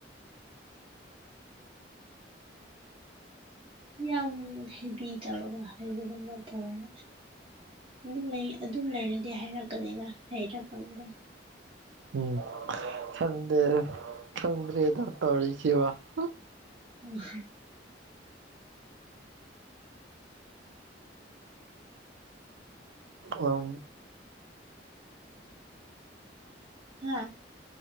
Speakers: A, on the right; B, on the right.
A: <inaudible> ꯌꯥꯝ ꯍꯦꯚꯤ ꯇꯧꯔꯒ ꯍꯥꯏꯕꯒꯨꯝꯅ ꯇꯧꯔꯥꯏ ꯗꯨꯝ ꯂꯩ ꯑꯗꯨꯝ ꯂꯩꯔꯗꯤ ꯍꯥꯏꯔꯛꯀꯅꯤꯗ ꯍꯥꯏꯔꯛꯄ <unintelligible>
B: ꯎꯝ ꯈꯪꯗꯦꯗ ꯈꯪꯗ꯭ꯔꯦꯗ ꯇꯧꯔꯤꯁꯤꯕꯣ ꯍ
A: ꯎ <inaudible>
B: ꯑꯥꯎꯟ
A: ꯍꯥ